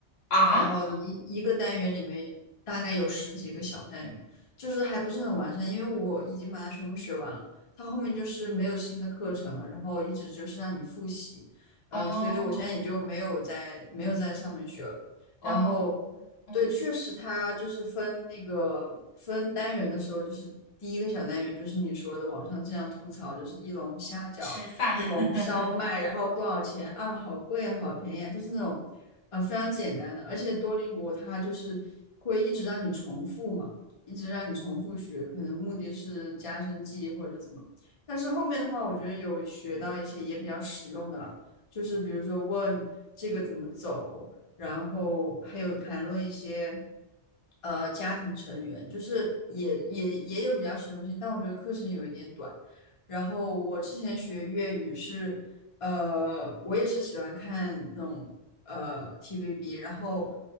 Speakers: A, on the left; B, on the left.
A: 啊，
B: 然后一一个单元里面大概有十几个小单元，就是还不是很完善，因为我已经把它全部学完了，它后面就是没有新的课程了，然后一直就是让你复习，嗯、
A: 哦
B: 所以我现在也就没有在没有在上面学了，
A: 哦，
B: 然后
A: 嗯，
B: 对，确实它就是分那个分单元的时候，就是第一个小单元就是你说的网上经常吐槽就是一笼虾饺。
A: 吃饭，
B: 一笼烧麦，
A: <laughs>
B: 然后多少钱啊？好贵啊，好便宜啊，就是那种，呃，非常简单的。而且多邻国它就是会一直让你重复嘛，一直让你重复学，可能目的是加深记忆或者怎么。但是后面的话，我觉得有学到一些也比较实用的了，就是比如说问这个怎么走，然后还有谈论一些。呃，家庭成员就是也也也有比较实用性，但我觉得课程有一点短。然后我之前学粤语是，呃，我也是喜欢看那种呃 TVB，然后